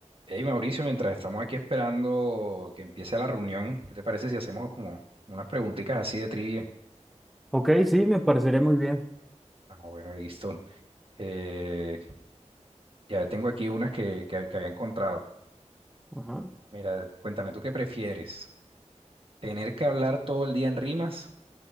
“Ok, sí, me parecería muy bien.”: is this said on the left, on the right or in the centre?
Centre